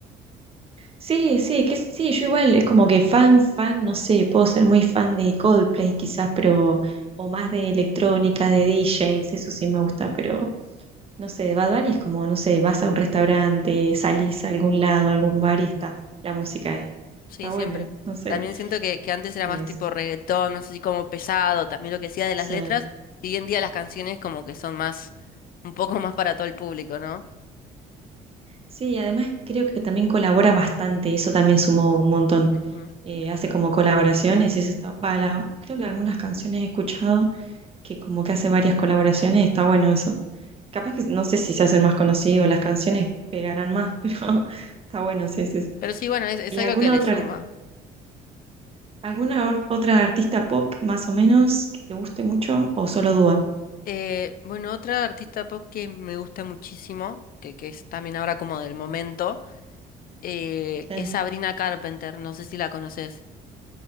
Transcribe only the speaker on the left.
Sí,
siempre.
También siento que, que antes era
más tipo reggaetón, más así como pesado. También lo que decía de
las letras. Y hoy en día las canciones como que son más, un poco más para todo el público, ¿no?
Ujú.
Pero sí, bueno, es, es
algo
que le
suma.
Eh, bueno, otra artista pop que me gusta muchísimo, que, que es también ahora como del momento, eh,
es Sabrina Carpenter, no sé si la conoces.